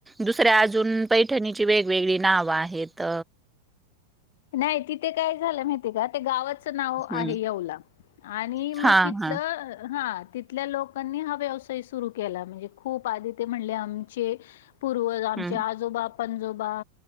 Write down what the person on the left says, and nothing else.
न्हाई तिथं काय झालं माहिततेय का? ते गावाचं नाव आहे
येवला, आणि मग
तिथलं,
हा तिथ -थल्या लोकांनी हा व्यवसाय सुरू केला. म्हणजे खूप आधी ते म्हणले, आमचे पूर्वज, आमचे
आजोबा पंजोबा,